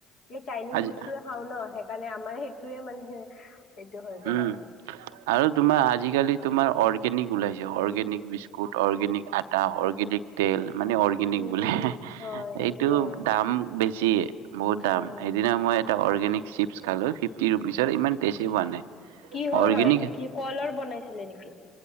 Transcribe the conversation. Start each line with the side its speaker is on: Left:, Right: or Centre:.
Left: এই চাইনিজ
Right: আজি
Left: বস্তুৱে খাওঁ ন' সেইকাৰণে আমাৰ সেইটোৱে মানে সেইটো হৈ গ'ল
Right: উম
Left: আৰু।
Right: আৰু তোমাৰ আজিকালি তোমাৰ অৰ্গেনিক ওলাইছে, অৰ্গেনিক বিস্কুট, অৰ্গেনিক আটা, অৰ্গেনিক তেল মানে অৰ্গেনিক
Left: উম
Right: বোলে,
Left: উম হয় সেইটোতো
Right: এইটো
Left: হয়
Right: দাম বেছিয়ে। বহুত দাম।
Left: উম
Right: সেইদিনা মই এটা অৰ্গেনিক চিপছ খালোঁ ফিফটি ৰুপিচত ইমান টেষ্টি পোৱা নাই।
Left: কিহৰ
Right: অৰ্গেনিক
Left: হয় এইটো কি কলৰ বনাইছিলে নেকি?